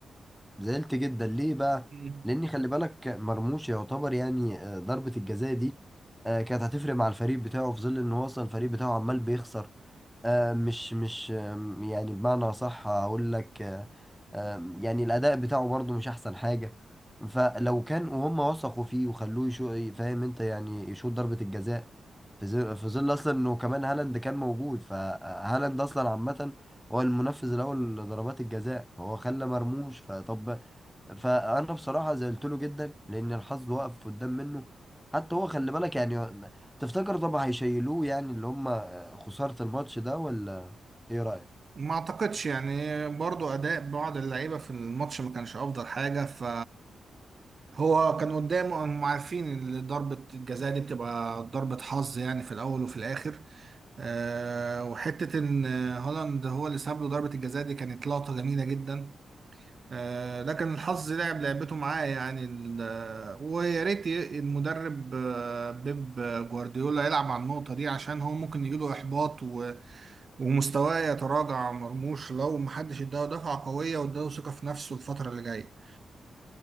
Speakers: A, in the centre; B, on the right (about 50°).
A: زعلت جدا ليه بقى
B: مم.
A: لاني خلي بالك مرموش يعتبر يعني آه، ضربة الجزاء دي آه، كانت هتفرق مع الفريق بتاعه في ظل ان هو اصلا الفريق بتاعه عمال بيخسر آه، مش مش آم، يعني بمعنى صح هقول لك آه، آم، يعني الاداء بتاعه برضو مش احسن حاجة فلو كان وهم وثقوا فيه وخلوه يشو فاهم انت يعني يشوط ضربة الجزاء في ظل في ظل اصلا انه كمان هالاند كان موجود فهالاند اصلا عامة هو المنفذ الاول لضربات الجزاء هو خلى مرموش فطب فانا بصراحه زعلت له جدا لان الحظ وقف قدام منه حتى هو خلي بالك يعني تفتكر طبعا هيشيلوه يعني اللي هم خساره الماتش ده ولا ايه رايك
B: ما اعتقدش يعني برضو اداء بعض اللعيبه في الماتش ما كانش افضل حاجه ف هو كان قدامه هم عارفين ان ضربه الجزاء دي بتبقى ضربه حظ يعني في الاول وفي الاخر أه وحته ان هولاند هو اللي ساب له ضربه الجزاء دي كانت لقطه جميله جدا أه لكن الحظ لعب لعبته معاه يعني ال- ويا ريت ي- المدرب آه، بيب جوارديولا يلعب على النقطه دي عشان هو ممكن يجيله احباط ومستواه يتراجع مرموش لو محدش اداه دفعة قوية واداه ثقة في نفسه الفترة اللي جاية